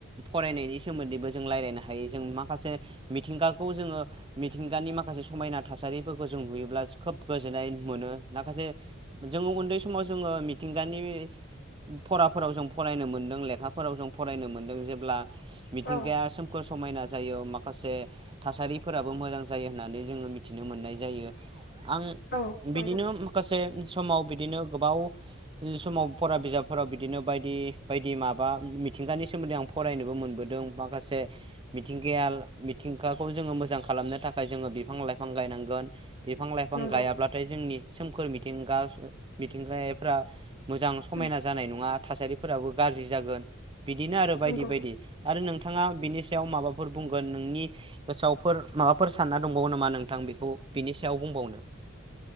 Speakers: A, on the right; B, on the left.
A: फरायनायनि सोमोन्दैबो जों रायलायनो हायो जों माखासे मिथिंगाखौ जोङो मिथिंगानि माखासे समायना थासारिफोरखौ जों नुयोब्ला खोब गोजोननाय मोनो माखासे जोङो उन्दै समाव जोङो मिथिंगानि फराफोराव जों फरायनो मोनदों, लेखाफोराव जों फरायनो मोनदों जेब्ला मिथिंगाया
B: औ
A: सोमखोर समायना जायो माखासे थासारिफोराबो मोजां जायो होननानै जोङो मिथिनो मोननाय जायो। आं
B: औ
A: बिदिनो
B: नंगौ
A: माखासे समाव बिदिनो गोबाव समाव फरा बिजाबफोराव बिदिनो बायदि बायदि माबा मिथिंगानि सोमोन्दै आं फरायनोबो मोनबोदों माखासे मिथिंगाया मिथिंगाखौ जोङो मोजां खालामनो थाखाय जोङो बिफां-लाइफां गायनांगोन। बिफां लाइफां
B: नंगौ
A: गायाब्लाथाय जोंनि सोमखोर मिथिंगा मिथिंगायारिफ्रा मोजां समायना
B: उम
A: जानाय नङा, थासारिफोराबो गाज्रि जागोन, बिदिनो आरो बायदि
B: नंगौ
A: बायदि। आरो नोंथाङा बिनि सायाव माबाफोर बुंगोन नोंनि गोसोआवफोर माबाफोर सानना दंबावो नामा नोंथां बेखौ बिनि सायाव बुंबावनो?